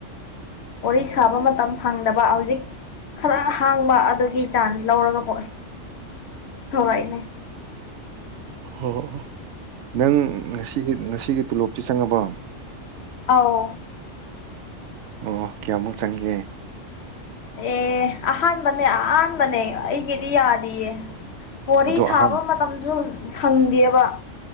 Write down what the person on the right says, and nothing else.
ꯍꯣꯏ ꯍꯣꯏ ꯍꯣꯏ ꯅꯪ ꯉꯁꯤꯒꯤ ꯉꯁꯤꯒꯤ ꯇꯣꯂꯣꯞꯇ ꯆꯪꯉꯕꯣ
ꯑꯣ ꯀꯌꯥꯃꯨꯛ ꯆꯪꯒꯦ
ꯑꯗꯣ
ꯑꯍꯥꯟ